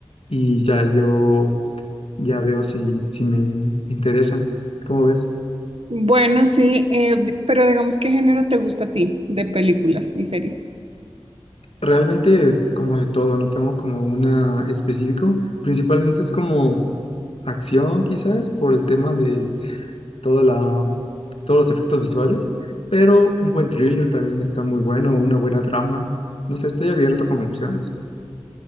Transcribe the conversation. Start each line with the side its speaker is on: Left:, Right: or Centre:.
Left: y ya yo ya veo si, si me interesa. ¿Cómo ves?
Right: Bueno, sí, eh, di- pero digamos, ¿qué género te gusta a ti de películas y series?
Left: Realmente como de todo, no tengo como una específico. Principalmente es como acción quizás por el tema de toda la, todos los efectos visuales, pero un buen thriller también está muy bueno, una buena trama. No sé, estoy abierto como opciones.